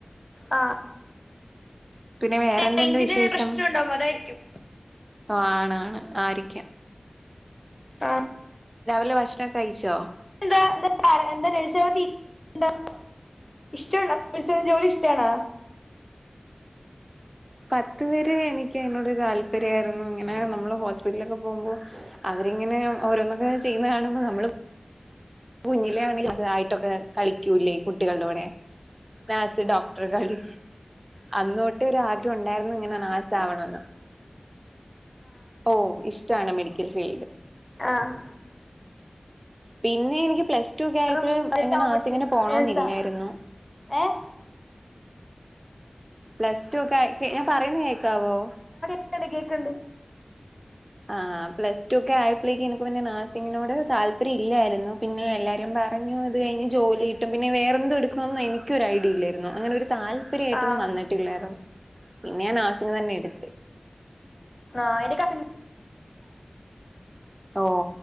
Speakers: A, on the left; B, on the right.
A: ആ
B: പിന്നെ വേറെന്തുണ്ട്
A: റേഞ്ചിന്റെ
B: വിശേഷം
A: പ്രശ്നം ണ്ടാവു അതായി രിക്കും.
B: ആണാണ് ആരിക്കാം.
A: ആ
B: രാവിലെ ഭക്ഷണക്കെ കഴിച്ചോ
A: എന്താ എന്താ എന്താ <unintelligible> ഇഷ്ടണ ജോലി ഇഷ്ടണ
B: പത്ത് വര് എനിക്ക് അയിനോട് താല്പര്യയിരുന്നു ഇങ്ങനെ നമ്മള് ഹോസ്പിറ്റലൊക്കെ പോകുമ്പോ അ രിങ്ങനെ ഓരോന്നൊക്കെ ചെയ്യുന്ന കാണുമ്പോ നമ്മള് കുഞ്ഞിലെണെ അത്‌ ആയിട്ടൊക്കെ കളിക്കൂല്ലേ ഈ കുട്ടികളുടെ കൂടെ വാസ് ഡോക്ടർ കളി അന്നോട്ട് ഒരാഗ്രഹം ഒണ്ടാര്ന്ന്ങ്ങനെ നാസ് ആവണന്ന് ഓ ഇഷ്ടാണ് മെഡിക്കൽ ഫീൽഡ്
A: ആഹ്
B: പിന്നെ എനിക്ക് പ്ലസ് <unintelligible> ആയപ്പോഴ
A: റും നഴ്സാവാൻ
B: എങ്ങനെ ആസി
A: പഠിച്ചേ
B: ഇങ്ങനെ പോണന്നില്ലായിരുന്നു
A: നഴ്സാ ഏഹ്
B: പ്ലസ് ടു ഒക്കെ ക് ഞാൻ പറയുന്ന കേക്കാവോ
A: ക്ക്‌ണ്ട് കേക്കണ്ട്
B: ആഹ് പ്ലസ് ടു ഒക്കെയപ്പോഴേക്കക്ക് എനിക്ക് പിന്നെ നാസിങ്ങിനോട് താല്പര്യം ഇല്ലായി പിന്നെ എല്ലാരും പറഞ്ഞു അത് കഴിഞ്ഞ് ജോലി കിട്ടും പിന്നെ വേറെന്ത്‌ എടുക്കണോന്നും എനിക്കും ഒരു ഐഡിയ ഇല്ലായിരുന്നു അങ്ങനെ ഒരു താല്പര്യായിട്ടൊന്നും
A: ആഹ്
B: വന്നിട്ടില്ലാര്ന്നു പിന്നെ ഞാന് ആ <unintelligible> തന്നെ എടുത്തു
A: ആ എന്റെ ക
B: ഓ